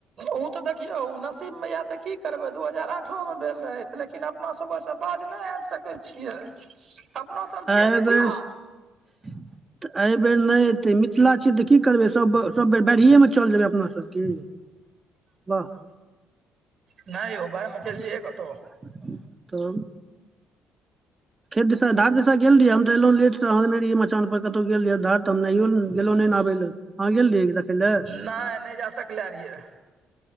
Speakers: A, on the right; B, on the right.
A: ओ तऽ देखियौ ओ नसीब मैया तऽ की करबै दू हजार आठो मे भेल रहै लेकिन अपना सब ओए से बाज नहि आब सकै छियै अपनो सब छियै
B: एहि
A: मिथिला
B: बेर <unintelligible> तऽ एहि बेेर नै एते मिथिला छियै तऽ की करबै सब सब बेर बाढ़ियए मे चल जेबै अपना त की वाह
A: नहि यौ बाहरमे चलि
B: <unintelligible>
A: जइयै कतहु
B: तो खेत दिशा धार दिशा गेल रहिय हम तऽ एलँ लेटसँ अहा ने रहिय मचान पर कतहु गेल धार त हम नहियो ने गेलहुँ नहि न आबय लए अहाँ गेल रहियै देखै लए
A: नहि नहि जा सकले रहियै